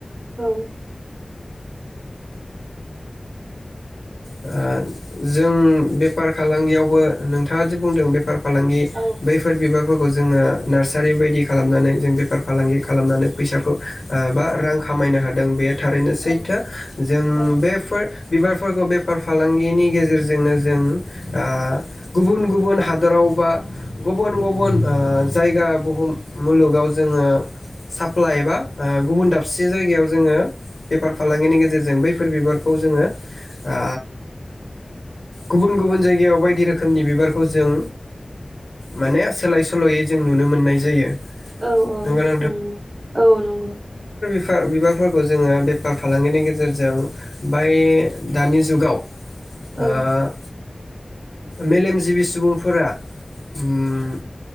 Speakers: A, on the right; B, on the left.
A: औ।
B: ओ जों बेफार फालांगियावबो नोंथाङादि बुंदों बेफार। फालांगि
A: औ
B: बैफोर बिबारफोरखौ। जोङो नार्सारि बायदि खालामनानै जों बेफार फालांगि खालामनानै फैसाखौ ओ बा रां खामायनो हादों बे थारैनो
A: औ
B: सैथो जों
A: औ
B: बेफोर बिबार फोरखौ बे बेफार फालांगिनि गेजेरजोंनो जों ओ गुबुन गुबुन हादराव बा गुबुन गुबुन ओ जायगा बुहुम मुलुगाव जोङो साप्लाइ बा ओ गुबुन दाबसे जायगायाव जोङो बेफार फालांगिनि गेजेरजों बैफोर बिबारखौ जोङो ओ गुबुन गुबुन जायगायाव बायदि रोखोमनि बिबारखौ जों माने सोलाय सोल'यै जों नुनो मोननाय जायो।
A: औ औ
B: नंगौना
A: नंगौ औ नंगौ।
B: फा बेफोर बिबारफोरखौ जोङो बेफार फालांगिनि गेजेरजों बाय दानि जुगाव ओ।
A: औ
B: मेलेमजिबि सुबुंफोरा ओम